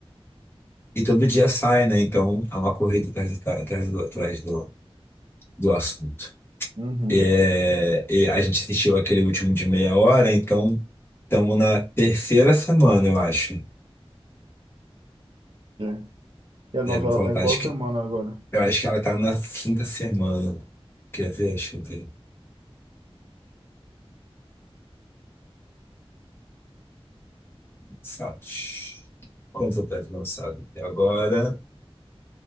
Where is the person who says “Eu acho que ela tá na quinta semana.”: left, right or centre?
Left